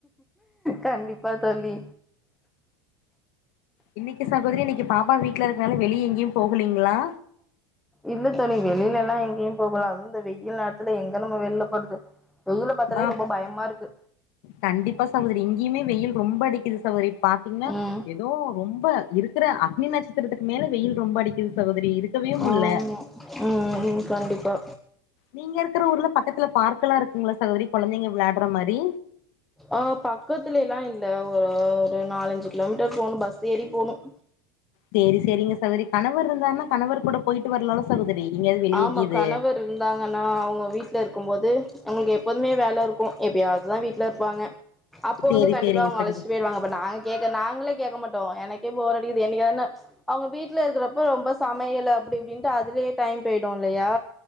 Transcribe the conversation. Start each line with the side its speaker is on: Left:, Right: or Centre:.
Centre: கண்டிப்பா தோழி
Left: இன்னைக்கு சகோதரி இன்னைக்கு பாப்பா வீட்டுல இருக்கனால வெளிய எங்கேயும் போகலீங்களா
Centre: இல்ல தோழி வெளியில எல்லாம் எங்கேயும் போகலாம் அதுவும் இந்த வெயில் நேரத்துல எங்க நம்ம வெளில போறது வெயில பாத்தாலே
Left: ஆஹ்
Centre: ரொம்ப பயமா இருக்கு
Left: கண்டிப்பா சகோதரி இங்கேயுமே வெயில் ரொம்ப அடிக்குது சகோதரி பாத்தீங்கன்னா
Centre: ம்
Left: ஏதோ ரொம்ப இருக்குற அக்னி நட்சத்திரத்துக்கு மேல வெயில் ரொம்ப அடிக்குது சகோதரி இருக்கவே முல்ல
Centre: ஆமா உம் உம் கண்டிப்பா
Left: நீங்க இருக்கிற ஊர்ல பக்கத்துல பார்க் எல்லாம் இருக்குங்களா சகோதரி குழந்தைங்க விளையாடுற மாறி
Centre: ஆஹ் பக்கத்துல எல்லாம் இல்ல ஒரு ஒரு நாலஞ்சு கிலோமீட்டர் போகணும் பஸ் ஏறி போணும்
Left: சேரி சேரிங்க சகோரி கணவர் இருந்தார்னா கணவர் கூட போயிட் வரலால சகோதரி எங்கயாவது வெளிய
Centre: ஆமா
Left: கீது
Centre: கணவர் இருந்தாங்கன்னா அவுங்க வீட்ல இருக்கும் போது அவுங்களுக்கு எப் போதுமே வேல இருக்கும் எப்ப யாதுதான் வீட்ல இருப்பாங்க அப்போ
Left: சேரி
Centre: வந்து கண்டிப்பா
Left: சேரிங்க
Centre: அவுங்க
Left: சகோதரி
Centre: அழைச்சிட்டு போயிருவாங்க அப்ப நா கேக்க நாங்களே கேட்க மாட்டோம் எனக்கே போரடிக்குது என்னைக்காதுனா அவுங்க வீட்ல இருக்கிறப்ப ரொம்ப சமையல் அப்டி இப்டின்ட்டு அதுலயே டைம் போய்டும் இல்லையா